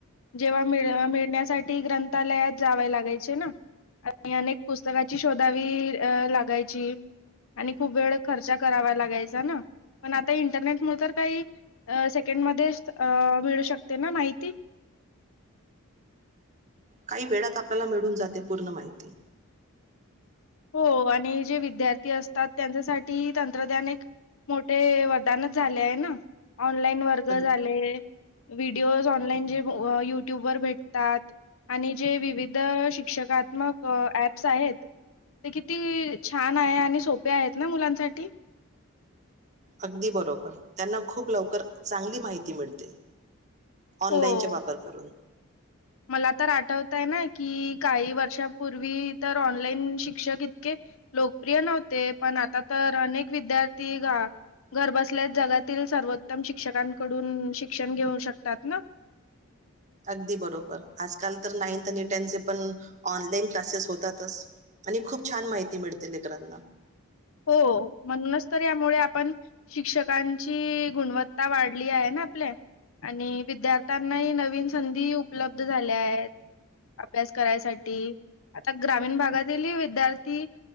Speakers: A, on the left (about 65°); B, on the right (about 30°).
A: जेव्हा मिळ मिळण्यासाठी ग्रंथालयात जावे लागायचे ना आणि अनेक पुस्तकाची शोधावी अ लागायची आणि खूप वेळ खर्चा करावा लागायचा ना पण आता इंटरनेट म <unintelligible> सेकंड मध्ये मिळू शकते ना माहिती
B: काही वेळात आपल्याला मिळून जाते पूर्ण माहिती
A: हो आणि जे विद्यार्थी असतात त्यांच्यासाठी तंत्रज्ञान एक मोठे वरदानच झाले आहे ना ऑनलाईन वर्ग
B: अग
A: झाले व्हिडिओज ऑनलाईन जे युट्यूब वर भेटतात आणि जे विविध शिक्षकात्मक ऍप्स आहेत ते किती छान आहे आणि सोपे आहेत ना मुलांसाठी
B: अगदी बरोबर त्यांना खूप लवकर चांगली माहिती मिळते ऑनलाइनचा
A: हो.
B: वापर करून
A: मला तर आठवतय ना कि काही वर्षापूर्वी तर ऑनलाइन शिक्षक इतके लोकप्रिय नव्हते पण आता तर अनेक विद्यार्थी घरबसल्यास जगातील सर्वोत्तम शिक्षकांकडून शिक्षण घेऊ शकतात ना
B: अगदी बरोबर आजकाल तर नाइंथ आणि टेंथ पण ऑनलाईन क्लासेस होतातच आणि खूप छान माहिती मिळतील लेकरांना
A: हो म्हणूनच तर यामुळे आपण शिक्षकांची गुणवत्ता वाढली आहे ना आपले आणि विद्यार्थ्यांनाही नवीन संधी उपलब्ध झाल्या आहेत अभ्यास करायसाठी आता ग्रामीण भागातीलही विद्यार्थी